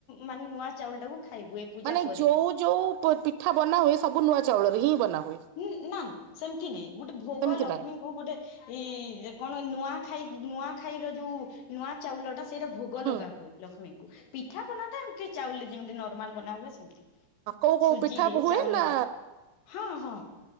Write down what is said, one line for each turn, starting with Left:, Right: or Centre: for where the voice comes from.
Left: ମାନେ ନୂଆ ଚାଉଳଟାକୁ ଖାଇବୁ। ପୂଜା
Right: ମାନେ
Left: ପରେ
Right: ଯୋଉ ଯୋଉ ପିଠା ବନା ହୁଏ ସବୁ ନୂଆ ଚାଉଳରେ ହିଁ ବନାହୁଏ।
Left: ହୁଁ ନା ନା ସେମିତି ନାଇଁ ଗୋଟେ ଭୋଗ
Right: ସେମିତି
Left: ଲକ୍ଷ୍ମୀ
Right: ନାଇଁ।
Left: କଉ ଗୋଟେ ଏଇ କଣ ନୂଆ ଖାଇ ନୂଆ ଖାଇର ଯୋଉ ନୂଆ ଚାଉଳଟାସେ ସେଇଟା ଭୋଗ
Right: ହୁଁ
Left: ଲଗା ହୁଏ ଲକ୍ଷ୍ମୀଙ୍କୁ ପିଠା ପନା ଟା ଏମିତି ଚାଉଲି ଯେମିତି ନର୍ମାଲ ବନା ହୁଏ ସେମିତି।
Right: କୋଉ କୋଉ
Left: ସୁଜିରେ
Right: ପିଠା ହୁଏ
Left: ଚାଉଲରେ
Right: ନା
Left: ହଁ ହଁ।